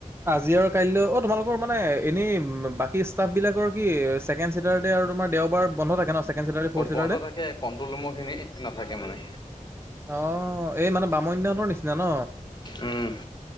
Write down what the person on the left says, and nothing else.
বন্ধ
থাকে কণ্ট্ৰল ৰুমৰখিনি নাথাকে মানে।
উম।